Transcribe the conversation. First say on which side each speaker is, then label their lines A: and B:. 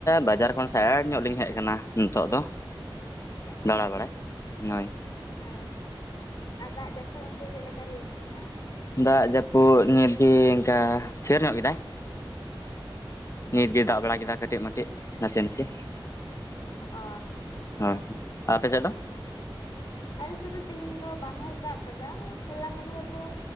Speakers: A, on the left; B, on the left.
A: ᱵᱟᱡᱟᱨ ᱠᱷᱚᱱ ᱥᱟᱭᱟᱴ ᱧᱚᱜ ᱞᱤᱧ ᱦᱮᱡ ᱟᱠᱟᱱᱟ ᱱᱤᱛᱚᱜ ᱫᱚ
B: ᱚ
A: ᱫᱟᱲᱟ ᱵᱟᱲᱟᱭ ᱦᱳᱭ
B: ᱦᱮᱸ ᱟᱨ ᱫᱟᱜ ᱡᱟᱯᱩᱫ ᱚᱱᱛᱮ ᱪᱮᱫ ᱞᱮᱠᱟ ᱦᱩᱭᱩᱜ ᱠᱟᱱᱟ?
A: ᱫᱟᱜ ᱡᱟᱯᱩᱫ ᱱᱤᱫᱜᱤ ᱚᱱᱠᱟ ᱛᱷᱤᱨ ᱧᱚᱜ ᱠᱮᱫᱟᱭ ᱱᱤᱛ ᱜᱮᱭ ᱫᱟᱜ ᱵᱟᱲᱟ ᱠᱮᱫᱟ ᱠᱟᱹᱴᱤᱡ ᱢᱟᱴᱤᱡ ᱱᱟᱥᱮ ᱱᱟᱥᱮ
B: ᱚ
A: ᱦᱮᱸ ᱟᱨ ᱟᱯᱮ ᱥᱮᱫ ᱫᱚ
B: ᱟᱞᱮᱥᱮᱫ ᱫᱚ ᱛᱮᱦᱤᱧ ᱫᱚ ᱵᱟᱝ ᱮ ᱫᱟᱜ ᱠᱟᱫᱟ ᱦᱚᱞᱟ ᱢᱟᱫᱷᱮᱨ ᱨᱮᱫᱚ